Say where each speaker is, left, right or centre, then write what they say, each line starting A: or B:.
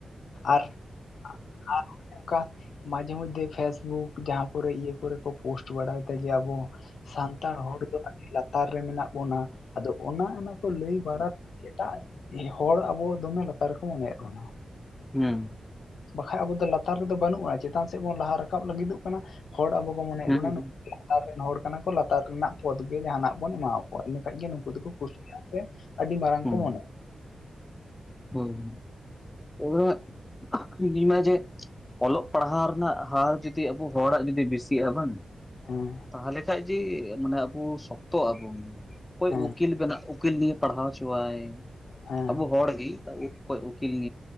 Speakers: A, on the left (about 80°); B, on the left (about 15°).
A: ᱟᱨ <unintelligible> ᱢᱟᱡᱷᱮ ᱢᱚᱫᱽᱫᱷᱮ ᱯᱷᱮᱥᱵᱩᱠ ᱡᱟᱦᱟᱸ ᱠᱚᱨᱮ ᱤᱭᱟᱹ ᱠᱚᱨᱮ ᱠᱚ ᱯᱳᱥᱴ ᱵᱟᱲᱟᱭᱮᱫᱟ ᱡᱮ ᱟᱵᱚ ᱥᱟᱱᱛᱟᱲ ᱦᱚᱲ ᱫᱚ ᱟᱹᱰᱤ ᱞᱟᱛᱟᱨ ᱨᱮ ᱢᱮᱱᱟᱜ ᱵᱚᱱᱟ ᱟᱫᱚ ᱚᱱᱟ ᱚᱱᱟ ᱠᱚ ᱞᱟᱹᱭ ᱵᱟᱲᱟ ᱮᱴᱟᱜ ᱦᱚᱲ ᱟᱵᱚ ᱫᱚᱢᱮ ᱞᱟᱛᱟᱨ ᱨᱮᱠᱚ ᱢᱚᱱᱮᱭᱮᱫ ᱵᱚᱱᱟ
B: ᱦᱮᱸ
A: ᱵᱟᱠᱷᱟᱡ ᱟᱵᱚ ᱫᱚ ᱞᱟᱛᱟᱨ ᱨᱮᱫᱚ ᱵᱟᱹᱱᱩᱜ ᱵᱚᱱᱟ ᱪᱮᱛᱟᱱ ᱥᱮᱫ ᱵᱚᱱ ᱞᱟᱦᱟ ᱨᱟᱠᱟᱵ ᱞᱟᱹᱜᱤᱫᱚᱜ ᱠᱟᱱᱟ ᱦᱚᱲ ᱟᱵᱚ ᱠᱚ ᱢᱚᱱᱮᱭᱮᱫ
B: ᱦᱮᱸ
A: ᱵᱚᱱᱟ ᱱ ᱞᱟᱛᱟᱨ ᱨᱮᱱ ᱦᱚᱲ ᱠᱟᱱᱟ ᱠᱚ ᱞᱟᱛᱟᱨ ᱨᱮᱱᱟᱜ ᱯᱚᱫ ᱜᱮ ᱡᱟᱦᱟᱱᱟᱜ ᱵᱚᱱ ᱮᱢᱟ ᱠᱚᱣᱟ ᱤᱱᱟᱹ ᱾ ᱤᱱᱟ ᱠᱷᱟᱱᱡ ᱜᱮ ᱱᱩᱠᱩ ᱫᱚᱠᱚ ᱠᱩᱥᱤᱭᱟᱜᱼᱟ ᱥᱮ ᱟᱹᱰᱤ ᱢᱟᱨᱟᱝ
B: ᱦᱮᱸ
A: ᱠᱚ ᱢᱚᱱᱮᱭᱟ
B: ᱦᱮᱸ <unintelligible> ᱤᱧ ᱢᱮ ᱡᱮ ᱚᱞᱚᱜ ᱯᱟᱲᱦᱟᱣ ᱨᱮᱱᱟᱜ ᱦᱟᱨ ᱡᱩᱫᱤ ᱟᱵᱚ ᱦᱚᱲᱟᱜ ᱡᱩᱫᱤ ᱵᱮᱥᱤᱜᱼᱟ ᱵᱟᱝ
A: ᱦᱮᱸ
B: ᱛᱟᱦᱞᱮ ᱠᱷᱟᱱᱡ ᱡᱮ ᱢᱟᱱᱮ ᱟᱵᱚ ᱥᱚᱠᱛᱚᱜ ᱟᱵᱚᱱ ᱚᱠᱚᱭ
A: ᱦᱮᱸ
B: ᱩᱠᱤᱞ ᱵᱮᱱᱟᱜ ᱱᱤᱭ ᱯᱟᱲᱦᱟᱣ ᱦᱚᱪᱟᱭ
A: ᱦᱮᱸ
B: ᱟᱵᱚ ᱦᱚᱲ ᱜᱮ ᱠᱚ ᱩᱠᱤᱞ ᱱ